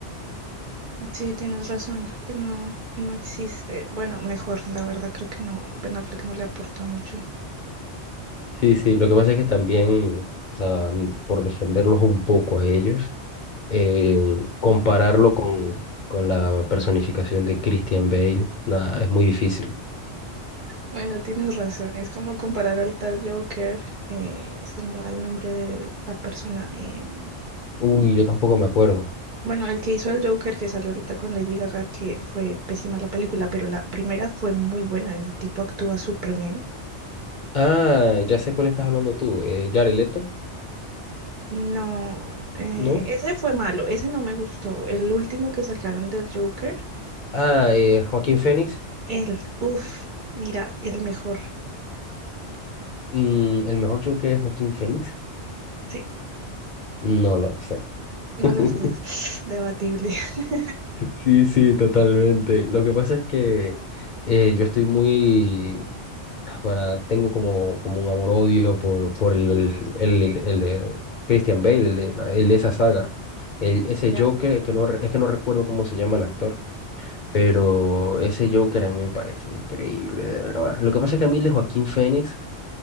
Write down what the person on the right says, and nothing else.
Sí, tienes razón, creo que no, no existe. Bueno, mejor, la verdad, creo que no, Ben Affleck no le aporta mucho.
Bueno, tienes razón, es como comparar ahorita al Joker, eh, se me va el nombre de la persona. em,
bueno, el que hizo el Joker que salió ahorita con Lady Gaga, que fue pésima la película, pero la primera fue muy buena, el tipo actúa súper bien.
No, eh,
ese fue malo, ese no me gustó. El último que sacaron del Joker,
el, uff, mira, el mejor.
Sí,
no
los dos, <sighs> debatible. <laughs>
Ya.